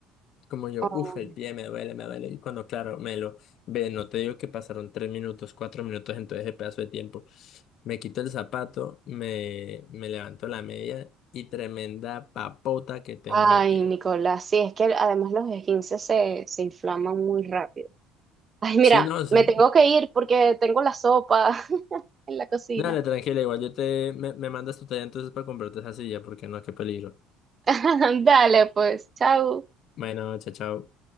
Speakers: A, on the left (about 55°); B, on the right (about 25°).
A: Como yo,
B: Oh,
A: uff, el pie me duele, me duele. Y cuando, claro, me lo ve, no te digo que pasaron tres minutos, cuatro minutos en todo ese pedazo de tiempo. Me quito el zapato, me, me levanto la media y tremenda papota que tengo
B: Ay,
A: en el pie.
B: Nicolás, sí, es que además los esguinces se, se inflaman muy rápido. Ay, mira,
A: Sí, no, eso-
B: me tengo que ir porque tengo la sopa <laughs> en la cocina.
A: dale, tranquila, igual yo te, me, me mandas tu talla entonces para comprarte esa silla, porque no, qué peligro.
B: <laughs> Dale, pues, chao.
A: Bueno, chao, chao.